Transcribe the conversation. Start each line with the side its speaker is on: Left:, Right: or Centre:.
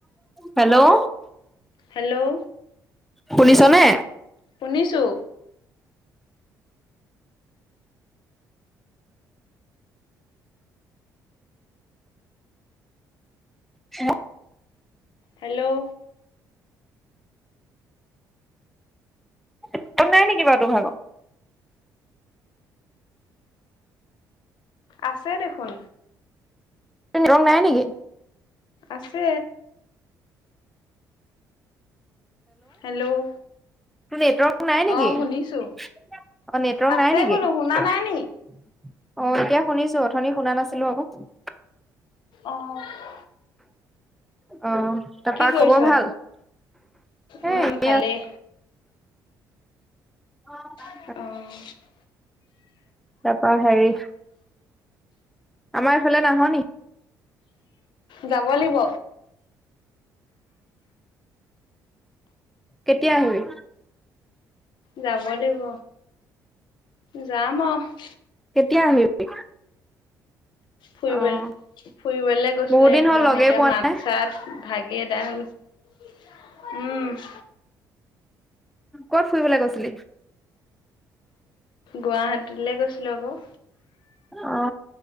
Centre: hello
Left: hello
Centre: শুনিছ নে?
Left: শুনিছো।
Centre: <inaudible>
Left: হেল্ল'
Centre: নেটৱৰ্ক নাই নেকি বাৰু তোৰ ভাগৰ?
Left: আছে দেখোন।
Centre: নেটৱৰ্ক নাই নেকি?
Left: আছে। হেল্ল'
Centre: তোৰ নেটৱৰ্ক নাই নেকি
Left: অ শুনিছো
Centre: অ, নেটৱৰ্ক
Left: আছে
Centre: নাই নেকি?
Left: বোলো শুনা
Centre: অ,
Left: নাই নি
Centre: এতিয়া শুনিছো অথনি শুনা নাছিলো আকৌ।
Left: অ',
Centre: অ, তাৰপা
Left: কি কৰিছ
Centre: খবৰ ভাল? এ
Left: উম,
Centre: এনে
Left: ভালেই।
Centre: আ অ।
Left: অ',
Centre: তাৰপা হেৰি আমাৰ এইফালে নাহ নেকি?
Left: যাব লাগিব।
Centre: কেতিয়া আহিবি?
Left: যাব লাগিব যাম আৰু
Centre: কেতিয়া আহিবি?
Left: ফুৰিব
Centre: অ',
Left: ফুৰিবলে গৈছিলো
Centre: বহুত দিন
Left: একদম
Centre: হ'ল লগেই
Left: এতিয়া
Centre: পোৱা
Left: মাত
Centre: নাই
Left: চাত ভাগি আদায় হৈ গৈছে উম।
Centre: কত ফুৰিবলৈ গৈ?
Left: গুৱাহাটীলৈ গৈছিলোঁ আকৌ।
Centre: অ,